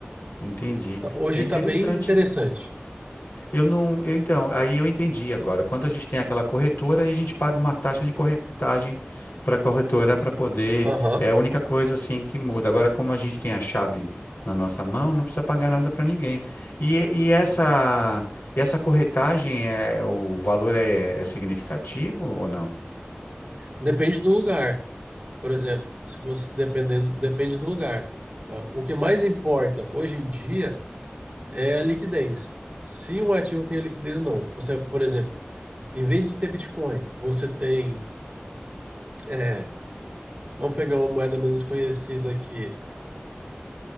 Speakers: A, on the left (about 65°); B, on the right (about 30°).
A: entendi.
B: Tá- Hoje
A: É interessante.
B: está bem interessante.
A: Eu não, eu então, aí eu entendi agora. Quando a gente tem aquela corretora, aí a gente paga uma taxa de corretagem para a corretora para poder.
B: Aham.
A: É a única coisa assim que muda. Agora, como a gente tem a chave na nossa mão, não precisa pagar nada para ninguém. E, e essa, e essa corretagem é o valor é, é significativo ou não?
B: Depende do lugar. Por exemplo, se você dependendo, depende do lugar. Ah, O que mais importa hoje em dia é a liquidez. Se um ativo tem liquidez ou não. Você, por exemplo, em vez de ter Bitcoin, você tem, é, vamos pegar uma moeda menos conhecida aqui,